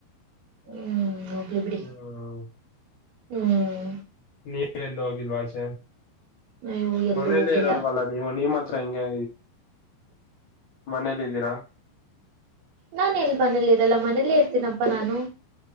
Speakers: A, on the right; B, on the left.
A: ಹ್ಮ್ ಹೋಗ್ಲಿ ಬಿಡಿ
B: ಹ್ಮ
A: ಹ್ಮ್
B: ನೀವಲಗಿಲ್ವಾಚ
A: ನೀವು ಎಲ್ಲೂ
B: ಮನೆಲ್ಲರಲ್ವಲ್ಲ
A: ಹೋಗಿಲ್ಲ
B: ನೀವನಮ್ಮ ಹತ್ರ ಹಂಗೆ ಮನೇಲಿ ಇದಿದ್ದೀರಾ
A: ನಾನ ಎಲ್ ಮನೇಲಿರಲ್ಲ ಮನೇಲ್ಲೇ ಇರ್ತೀನಪ್ಪಾ ನಾನು